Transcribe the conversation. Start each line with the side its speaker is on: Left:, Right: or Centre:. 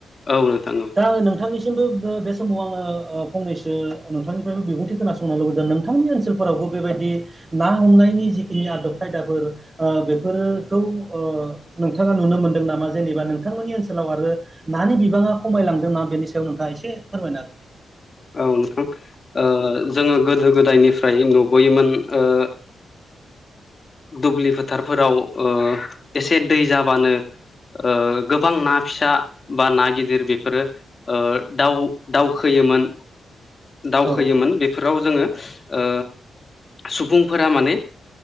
Left: औनो नोंथां औ।
Right: दा नोंथांनिसिमबो बे समाव आङो फंनैसो नोंथांनि बिबुंथि खोनासंनो लुबैदों नोंथांनि ओनसोलफोरावबो बेबायदि ना हमनायनि जिखिनि आदब खायदाफोर बेफोरखौ नोंथाङा नुनो मोनदों नामा जेनेबा नोंथांमोननि ओनसोलाव आरो नानि बिबाङा खमायलांदों ना बेनि सायाव नोंथाङा एसे फोरमायनो हागोन।
Left: औ नोंथां। जोङो गोदो गोदायनिफ्राय न बयोमोन ओ दुब्लि फोथारफोराव ओ एसे दै जाबानो ओ गोबां ना फिसा बा ना गिदिर बेफोरो ओ दाव दावखोयो योमोन दावखोयोमोन
Right: हागोन
Left: बेफोराव जोङो ओ सुबुंफोरा माने